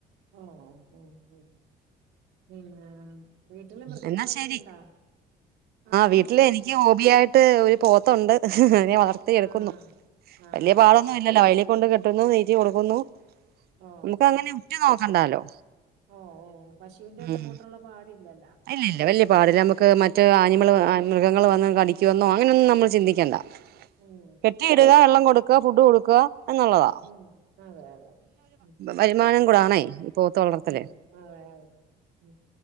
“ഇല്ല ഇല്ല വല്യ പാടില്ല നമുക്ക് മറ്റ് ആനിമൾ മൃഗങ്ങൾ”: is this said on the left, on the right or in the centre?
Right